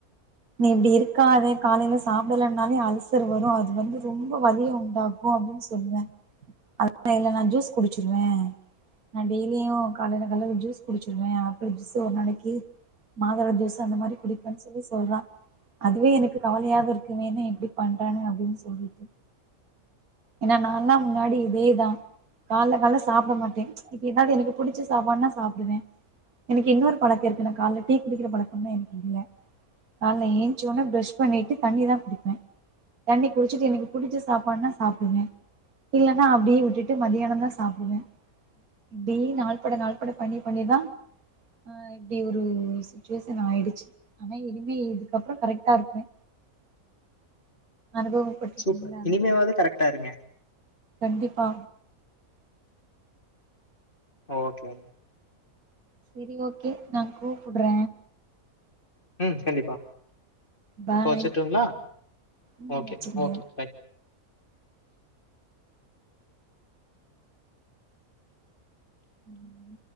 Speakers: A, on the right (about 80°); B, on the left (about 35°).
A: நீ இப்டி இருக்காதே காலைல சாப்டலனாலே அல்சர் வரும் அது வந்து ரொம்ப வலிய உண்டாக்கு கு அப்டின் சொல்லுவே அதுக்கு இல்ல நா ஜூஸ் குடிச்சிருவே நா டெய்லியு காலைல காலைல ஒரு ஜூஸ் குடிச்சிருவே ஆப்பிள் ஜூஸ் ஒரு நாளைக்கு மாதுள ஜூஸ் அந்த மாரி குடிப்பன் சொல்லி சொல்றா அதுவே எனக்கு கவலையாக இருக்கு இவ என்ன இப்டி பண்றா அப்டின் சொல்லிட்டு ஏனா நா லா முன்னாடி இதேதா கால்ல கால்ல சாப்ட மாட்டே இப்ப எதாது எனக்கு புடிச்ச சாப்பாடுனா சாப்டுவே எனக்கு இன்னொரு பழக்கொ இருக்கு எனக்கு கால்ல டீ குடிக்கிற பழக்கமே எனக்கு இல்ல கால்ல ஏன்ச்ச ஒன்னே ப பிரஷ் பண்ணிட்டு தண்ணி தா குடிப்பே தண்ணி குடிச்சுட்டு எனக்கு புடிச்ச சாப்பாடுனா சாப்டுவே இல்லனா அப்டியே விட்டுட்டு மதியான தா சாப்டுவே இப்டி நாள் பட நாள் பட பண்ணி பண்ணிதா ஆ இப்டி ஒரு சுச்சுவேஷன் ஆயிடுச்சு ஆனா இனிமே இதுக்கப்ற கரெக்டா இருப்பே அனுபவப்பட்டுட்டேன்ல
B: சூப்பர்
A: அதனால
B: இனிமேவாது கரெக்டாருங்க
A: கண்டிப்பா
B: ஓகே
A: சரி ஓகே நா கூப்புட்ற
B: ம் கண்டிப்பா
A: பாய்
B: இப்ப வச்சுட்டுங்ளா
A: ம்
B: ஓகே
A: வச்சுருங்க
B: ஓகே பாய்
A: உம்